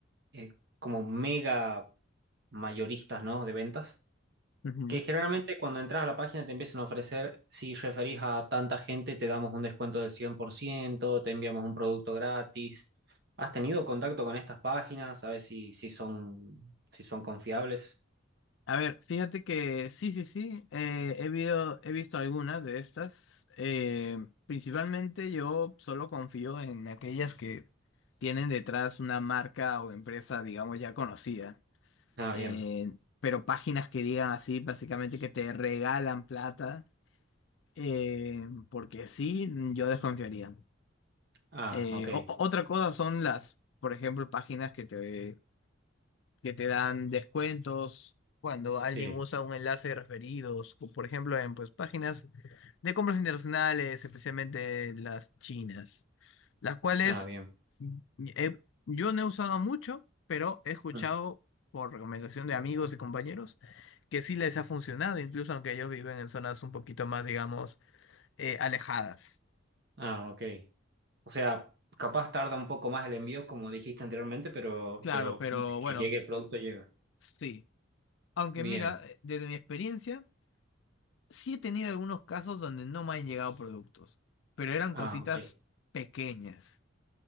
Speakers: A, on the right (about 55°); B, on the left (about 65°).
A: eh, como mega mayoristas, ¿no? De ventas,
B: Ujú.
A: que generalmente cuando entras a la página te empiezan a ofrecer, si referís a tanta gente, te damos un descuento del 100%, te enviamos un producto gratis. ¿Has tenido contacto con estas páginas? ¿Sabes si, si son, si son confiables?
B: A ver, fíjate que sí, sí, sí, eh, he vido- he visto algunas de estas. eh, principalmente yo solo confío en aquellas que tienen detrás una marca o empresa, digamos, ya conocida.
A: Ah,
B: Eh,
A: bien.
B: pero páginas que digan así, básicamente que te regalan plata, eh, porque sí, yo desconfiaría.
A: Ah,
B: Eh,
A: ok.
B: o- o- otra cosa son las, por ejemplo, páginas que te que te dan descuentos cuando alguien
A: Sí.
B: usa un enlace de referidos, o por ejemplo en pues, páginas de compras internacionales, especialmente las chinas, las cuales
A: Ah, bien.
B: he- yo no he usado mucho, pero he escuchado
A: Mm.
B: por recomendación de amigos y compañeros que sí les ha funcionado, incluso aunque ellos viven en zonas un poquito más, digamos, eh, alejadas.
A: Ah, ok. O sea, capaz tarda un poco más el envío, como dijiste anteriormente, pero,
B: Claro,
A: pero
B: pero
A: de
B: bueno,
A: que llegue el producto llega.
B: sí. Aunque
A: Bien.
B: mira, eh, desde mi experiencia, Sí he tenido algunos casos donde no me han llegado productos, pero eran
A: Ah,
B: cositas
A: ok.
B: pequeñas.